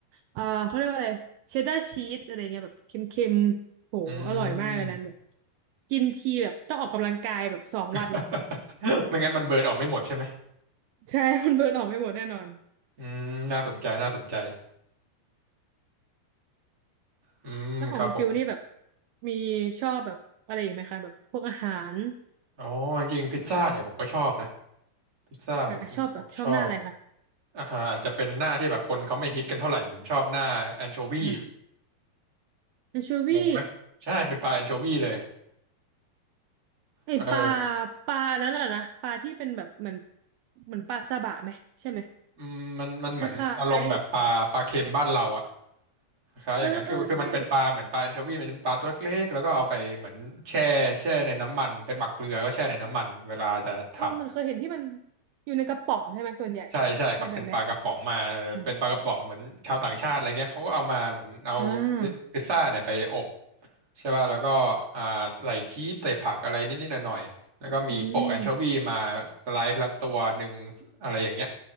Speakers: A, on the right; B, on the right.
A: เออเขาเรียกว่าอะไรเชดดาร์ชีสอะไรเงี้ยแบบเค็มๆโหอร่อยมากเลยนั้นแบบ
B: อืม
A: กินทีแบบต้องออกกำลังกายแบบสองวันอะ
B: <laughs> ไม่งั้นมันเบิร์ดออกไม่หมดใช่ไหม
A: <laughs> ใช่ <laughs> มันเบิร์นออกไม่หมดแน่นอน
B: อืมน่าสนใจน่าสนใจอืมครับผม
A: แล้วของคุณฟิลนี่แบบมีชอบแบบอะไรอีกไหมคะแบบพวกอาหาร
B: อ๋อจริงๆพิซซ่าเนี่ยผมก็ชอบนะ พิซซ่าผมผมชอบ
A: อ่ะชอบแบบชอบหน้าอะไรคะ
B: อาหารอาจจะเป็นหน้าที่แบบคนเขาไม่ฮิตกันเท่าไหร่ผมชอบหน้าแอนโชวี
A: อ่ะแอนโชวี
B: งงไหมใช่เป็นปลาแอนโชวีเลย
A: ไอปลา
B: เออ
A: ปลานั้นแหละนะปลาที่เป็นแบบเหมือนเหมือนปลาซาบะไหมใช่ไหม
B: อืมมันมันเหมือนอารมณ์แบบปลาปลาเค็มบ้านเราอะ
A: คล้าย
B: คล้ายอย่างนั้นคือคือมันเป็นปลาเหมือนปลาแอนโชวีมันเป็นปลาตัวเล็กๆแล้วก็เอาไปเหมือนแช่แช่ในน้ำมันไปหมักเกลือแล้วก็แช่ในน้ำมันเวลาจะทำ
A: ๆเออเออใช่เออมันเคยเห็นที่มันอยู่ในกระป๋องใช่ไหมส่วนใหญ่อะไรแบบเนี้ย
B: ใช่ใช่ครับเป็นปลากระป๋องมาเป็นปลากระป๋องเหมือนชาวต่างชาติอะไรเงี้ยเขาก็เอามาเหมือนเอาพิพิซซ่าเนี่ยไปอบ
A: อมอ่า
B: ใช่ป่ะแล้วก็อ่าใส่ชีสใส่ผักอะไรนิดๆหน่อยๆแล้วก็มีโปะแอนโชวีมาสไลซ์ละตัวหนึ่งอะไรอย่างเงี้ย
A: อืม